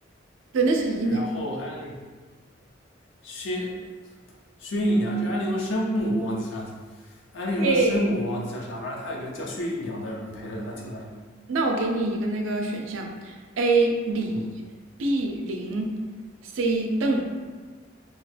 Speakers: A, on the right; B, on the left.
A: 对，那是姨娘。
B: 然后安陵薛薛姨娘，就安陵容生母，我忘记啥去安陵容的生母我忘记叫啥，
A: 诶，
B: 反正她有个叫薛姨娘的人陪着她进来的。
A: 那我给你一个那个选项：A 李
B: 嗯，
A: ，B 林，C 邓，